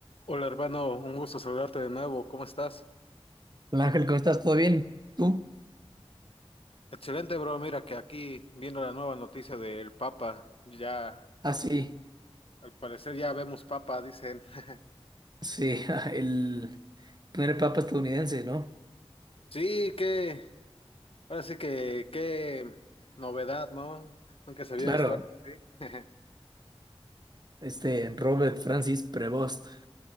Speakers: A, on the left (about 65°); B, on the right (about 40°).
A: Hola hermano, un gusto saludarte de nuevo, ¿cómo estás?
B: Hola Ángel, ¿cómo estás? ¿Todo bien? ¿Tú?
A: Excelente bro, mira que aquí viendo la nueva noticia del Papa, ya
B: Ah, sí,
A: al parecer ya vemos Papa, dicen. <laughs>
B: sí, <laughs> el primer papa estadounidense, ¿no?
A: Sí, que, ahora sí que, qué novedad, ¿no? Nunca se había
B: Claro,
A: visto algo así. <laughs>
B: este Robert Francis Prevost,